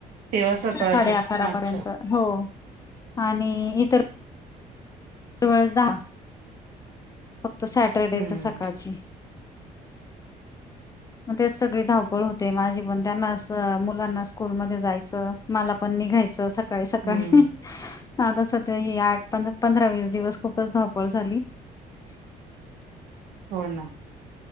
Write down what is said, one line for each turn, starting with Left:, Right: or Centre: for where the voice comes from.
Right: तेव्हा सकाळचे
Left: साडे अकरापर्यंत
Right: अच्छा
Left: हो, आणि इतर जवळच दहा फक्त सॅटर्डे
Right: हम्म
Left: च स सकाळची मग तेच सगळी धावपळ होते माझी पण त्यांना अस मुलांना स्कूल मध्ये जायचं. मला पण निघायच सकाळी सकाळी
Right: हम्म
Left: आता सध्या ही आठ पंधरा वीस दिवस खूपच धावपळ झाली. <unintelligible>
Right: हो ना